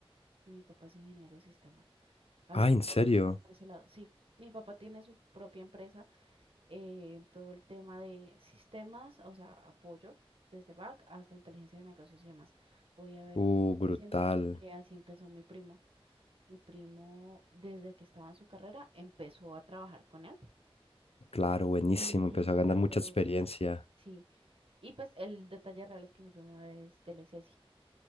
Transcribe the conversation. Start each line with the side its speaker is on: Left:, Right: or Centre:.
Right: Mi papá es ingeniero de sistemas. A
Left: Ah,
Right: ver qué
Left: ¿en
Right: podemos
Left: serio?
Right: hacer por ese lado. Sí, mi papá tiene su propia empresa eh, en todo el tema de sistemas, o sea, apoyo desde back hasta inteligencia de negocios y demás. Voy a ver.
Left: Uh,
Right: qué está
Left: brutal.
Right: Haciendo porque así empezó mi primo. Mi primo, desde que estaba en su carrera, empezó a trabajar con él.
Left: Claro, buenísimo.
Right: Y, y
Left: Empezó a
Right: cuando,
Left: ganar mucha experiencia.
Right: sí, y pues el detalle real es que mi primo es de la ICESI.